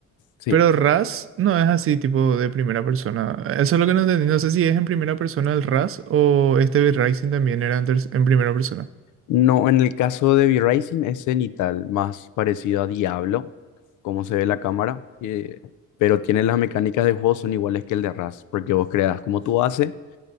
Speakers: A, on the left; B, on the right.
A: sí.
B: pero Rust no es así, tipo de primera persona. Eso es lo que no entendí, no sé si es en primera persona el Rust o este Dead Rising también era en, ter- en primera persona.
A: No, en el caso de V-Racing es cenital, más parecido a Diablo, como se ve la cámara, eh, pero tiene las mecánicas de juego son iguales que el de RAS, porque vos creas como tú haces